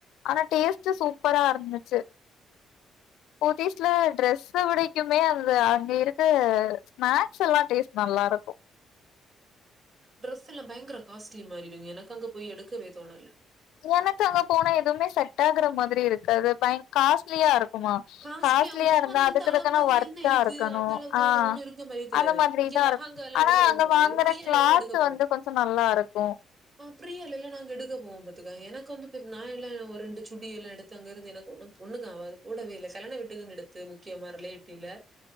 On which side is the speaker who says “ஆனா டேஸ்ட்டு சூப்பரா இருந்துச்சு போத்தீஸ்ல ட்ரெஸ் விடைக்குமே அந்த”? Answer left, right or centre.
Left